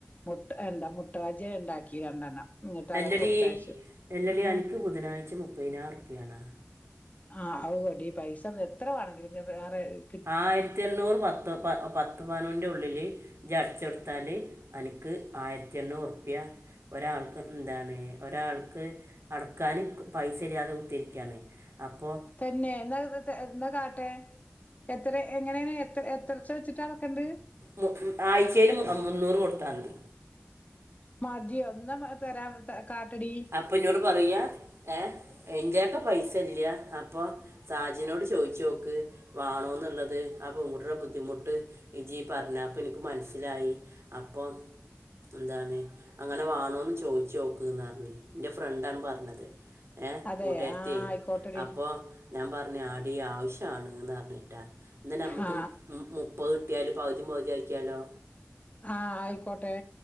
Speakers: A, on the left; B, on the right.
A: മുട്ട എന്താ മുട്ട ബജിണ്ടാക്കി രണ്ടെണ്ണം. എന്നിട്ട് അതാണ്
B: അല്ലാടി
A: കൊടുത്തയച്ചു
B: എല്ല ടി
A: ഉം
B: അനക്ക് ബുധനാഴ്ച മുപ്പതിനായിരം ഉറുപ്പിയാണോ?
A: ആഹ് ആവുടി ഈ പൈസ ഒന്ന് എത്ര വേണമെങ്കിലും ഞാൻ റെഡി
B: ആഹ് ആയിരത്തി എണ്ണൂറ് പത്ത് പ പത്ത്. <unintelligible> ഉള്ളിൽ ജടച്ചെടുത്താൽ എനിക്ക് ആയിരത്തി എണ്ണൂറ്പ്യ. ഒരാൾക്ക് എന്താണ് ഒരാൾക്ക്? അടക്കാനും പൈസ ഇല്ലാതെ കുത്തിരിക്കയാണ്. അപ്പോ?
A: തന്നെ എന്താ എന്താ കാട്ടെ. എത്ര എങ്ങനെയാണ് എത്ര എത്രേച്ച വെച്ചിട്ട വേക്കണ്ട്.
B: മു ആഴ്ചയിൽ മുന്നൂറ് കൊടുത്താൽ മതി.
A: മതിയോ ന്നാ ഒന്നും തരാ കാട്ടടി.
B: അപ്പൊ ഇന്നോട് പറയാ ഏഹ് എന്റെയൊക്കെ പൈസ ഇല്ല അപ്പൊ സാജിനോട് ചോയിച്ചു നോക്ക് വാണോ എന്നുള്ളത് ആഹ് പെൺകുട്ടിയുടെ ബുദ്ധിമുട്ട്. ജി പറഞ്ഞപ്പൊ എനിക്ക് മനസ്സിലായി അപ്പൊ എന്താണ് അങ്ങനെ വേണോന്ന് ചോദിച്ചു നോക്കാന് പറഞ്ഞ ഇന്റെ ഫ്രണ്ടാണ് പറഞ്ഞത് ഏഹ്
A: അതെ
B: കൂട്ടുകാരത്തി
A: ആ ആയിക്കോട്ടെടി
B: അപ്പോ. ഞാൻ പറഞ്ഞത് അടി ആവശ്യമാണ്ന്ന് പറഞ്ഞിട്ടാ എന്ന നമുക്ക്.
A: ആ
B: മുപ്പത് കട്ടിയാൽ പകുതി പകുതി ആക്കിയാലോ?
A: ആഹ് ആയിക്കോട്ടെ.